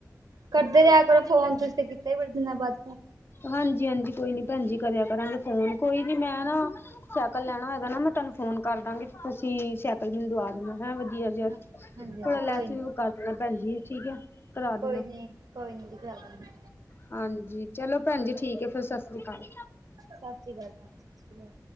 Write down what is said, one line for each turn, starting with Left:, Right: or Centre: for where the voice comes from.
Right: ਕਰਦੇ ਰਿਹਾ ਕਰੋ ਫੋਨ ਤੁਸੀ ਤੇ ਕੀਤਾ ਹੀ ਬੜੇ ਦਿਨਾਂ ਬਾਦ।
Left: ਹਾਂਜੀ ਹਾਂਜੀ ਕੋਈ ਨੀ ਭੈਣ ਜੀ ਕਰਿਆ ਕਰਾਂਗੇ ਫੋਨ ਕੋਈ ਨੀ ਮੈਂ ਨਾ। ਸਾਈਕਲ ਲੈਣਾ ਹੈਏਗਾ ਨਾ ਮੈਂ ਤੁਹਾਨੂੰ ਫੋਨ ਕਰ ਦਾਂਗੀ ਤੁਸੀਂ ਸਾਈਕਲ ਮੈਨੂੰ ਦਵਾ ਦੇਣਾ ਹੈਂ ਵਧੀਆ ਜਾ ਜਸਟ
Right: ਹਾਂਜੀ ਹਾਂਜੀ
Left: ਥੋੜਾ ਲੈਸ
Right: ਕੋਈ ਨੀ
Left: ਵੀ ਕਰ ਦੇਣਾ ਭੈਣਜੀ ਠੀਕ ਹੈ। ਕਰਾ ਦੇਣਾ
Right: ਕੋਈ ਨੀ ਕੋਈ ਨੀ ਜੀ
Left: ਹਾਂਜੀ ਚਲੋ ਭੈਣ ਜੀ ਠੀਕ ਹੈ ਫਿਰ ਸਤਿ ਸ੍ਰੀ ਅਕਾਲ
Right: ਸਤਿ ਸ੍ਰੀ ਅਕਾਲ ਸਤਿ ਸ੍ਰੀ ਅਕਾਲ